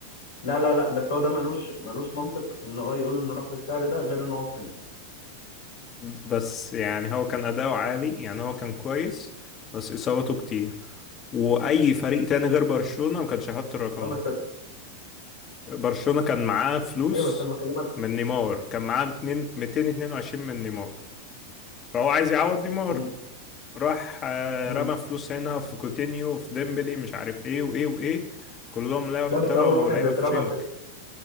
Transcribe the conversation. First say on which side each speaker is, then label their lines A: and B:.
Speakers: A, on the left; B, on the left.
A: لا لا لا بس هو ده ملوش ملوش منطق ان هو يقول نروح بالسعر ده غير ان هو فريند
B: بس يعني هو كان اداؤه عالي يعني هو كان كويس بس اصابته كتير واي فريق تاني غير برشلونة ما كانش هيحط الرقم
A: اه بس
B: ده برشلونة كان معاه فلوس
A: ايوه بس انا بكلمك
B: من نيمار كان معاه 200 222 من نيمار فهو عايز يعوض نيمار
A: امم
B: راح آه،
A: امم
B: رمى فلوس هنا في كوتينيو في ديمبلي مش عارف ايه وايه وايه كلهم لا-
A: لا
B: طلعوا
A: بس اول واحد
B: لعيبة
A: اترمى
B: في شنك
A: في